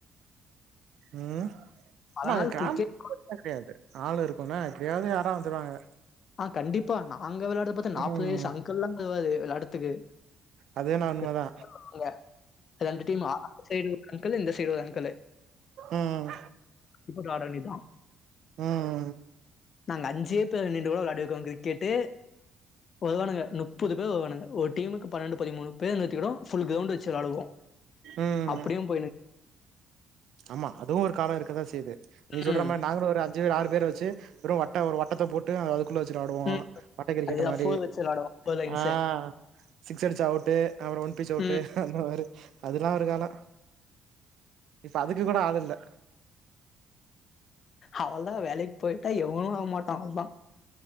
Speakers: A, on the right; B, on the left.
A: உம்
B: நாள்
A: கிராமத்து
B: கிரிக்கெட்
A: <unintelligible> கெடயாது ஆள் இருக்கு போனா எப்டியாவது யாரா வந்துருவாங்க
B: ஆ கண்டிப்பா நாங்க வெளயாடுற பாத்த நாப்பது
A: ம்
B: வயசு அங்கள்ல்லா வருவாரு வெளயாடத்துக்கு
A: அது வேணா உண்மதா
B: <unintelligible> ரெண்டு டீம்மா சைடு அங்கிள் இந்த சைடு வாங்க
A: உம்
B: இப்படி ஆட வேண்டியதுதான்
A: உம்
B: நாங்க அஞ்சே பேர் நின் கூட விளாடிருக்கோ கிரிக்கெட்டு வருவானுங்க முப்பது பேர்வருவானுங்க ஒரு டீமுக்கு பன்னிரெண்டு பதிமூனு பேரு புல் கிரவுண்ட் வச்சு ச்சு வெளாடுவோ
A: ம்
B: அப்டியு போயுனு
A: ஆமா அதுவு ஒரு கால இருக்கதா செய்து நீங்க சொல்ற
B: ம்
A: மாரி நாங்களு ஒரு அஞ்சு பேரு ஆறு பேர் வச்சு ஒரு வட்ட ஒரு வட்டத்த போட்டு அதுக்கு குள்ள வச்சுட்டு ஆடுவோ
B: ம்
A: வட்ட கிரிக்கெட்
B: அதுதான்
A: மாரி
B: ஃபோர் வச்சு விளாடுவோம் ஃபோர் லைன்ஸு
A: ஆ சிக்ஸு அடுச்சா அவுட்டு அப்பறோ ஒன் பீச் அவுட்டு
B: ம்
A: அந்த மாரி அதெல்லா ஒரு காலோ இப்ப அதுக்கு கூட ஆள் இல்ல
B: அவளதா வேலைக்கு போயிட்டா எவனு வர மாட்ட அவ்ளதா